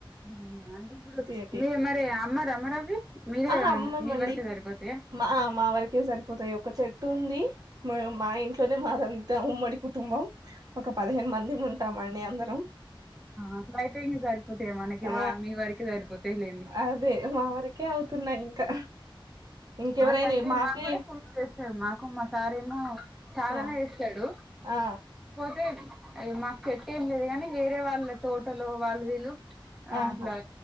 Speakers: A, in the centre; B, on the right (about 45°).
A: అవునా అంటే ఇప్పుడు
B: తీయటి
A: మీరు మరి అమ్మ ర అమ్మారవి మీరే
B: ఆహా అమ్మమ్మండి
A: మీ వరకే సరిపోతు
B: మా మా వరకే సరిపోతాయి ఒక చెట్టు ఉంది మా ఇంట్లోనే బద ఉమ్మడి కుటుంబం ఒక పదిహేను మంది ఉంటామండి అందరం
A: అట్లా అయితే ఇం సరిపోతాయ మనకి
B: ఆ
A: వా మీ వరక సరిపోతా లేండి
B: అదే మా వరకే అవుతున్నాయి ఇంకా ఇంకెవరైనా
A: మాకంటే
B: మాకే
A: మాకు కూడా ఫున్లు చేస్తారు మాకు మా సారము చాలానే
B: ఆ
A: వస్తాడు
B: ఆ
A: అయితే మాకు పెట్టే ఏం లేదు కానీ వేరే వాళ్ళ తోటలు వాళ్ళు వీళ్ళు
B: ఆహా
A: అట్లా